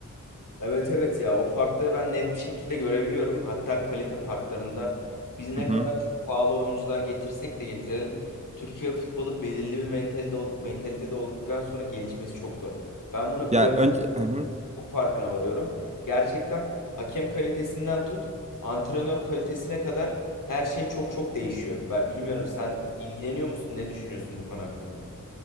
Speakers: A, on the left; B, on the right.
A: Evet evet ya o farkları ben net bir şekilde görebiliyorum. Hatta kalite farklarında biz ne
B: Hı hı.
A: kadar çok pahalı oyuncular getirsek de getirelim. Türkiye futbolu belirli bir mentalde, mentalitede olduktan sonra gelişmesi çok zor. Ben bunu
B: Ya
A: Premier
B: önce Hı hı.
A: Çok farkına varıyorum. Gerçekten hakem kalitesinden tut, antrenör kalitesine kadar her şey çok çok değişiyor. Ben bilmiyorum sen ilgileniyor musun? Ne düşünüyorsun bu konu hakkında?